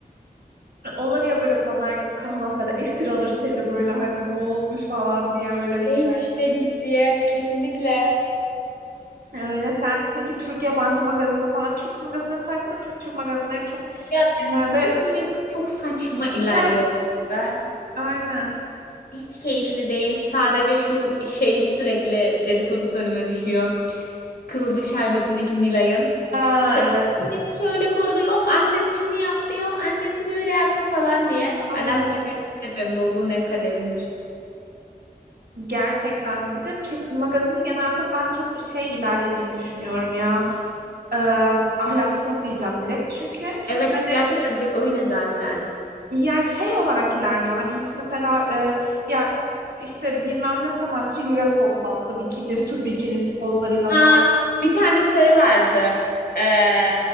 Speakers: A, on the right; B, on the left.
A: olur ya böyle pazar günü kahvaltıda esir alır seni böyle hani ne olmuş falan diye böyle izler.
B: Neymiş de deyip diye kesinlikle.
A: Öyle sen peki Türk yabancı magazini falan Türk magazinleri takip ediyorum çünkü Türk magazinleri çok
B: Ya
A: genelde
B: Türk mangası çok saçma ilerliyor
A: Heh,
B: bu arada.
A: aynen.
B: Hiç keyifli değil. Sadece şu şeyin sürekli dedikodusu önüme düşüyor. Kızılcık Şerbeti'ndeki Nilay'ın.
A: Aa
B: İşte
A: evet.
B: annesi şöyle korudu yok annesi şunu yaptı yok annesi böyle yaptı falan diye.
A: Aynen.
B: Ben dersimde şey şey yapıyorum doğduğun ev kaderindir.
A: Gerçekten bir de Türk magazini genelde ben çok şey ilerlediğini düşünüyorum ya Ee, ahlaksız diyeceğim direkt çünkü
B: Evet
A: hani
B: gerçekten direkt öyle zaten.
A: ya şey olarak ilerliyor hani hiç mesela e, ya işte bilmem ne sanatçı yürek hoplattı bikini cesur bikinisi pozlarıyla
B: Ha,
A: falan
B: bir tane şey vardı. Ee,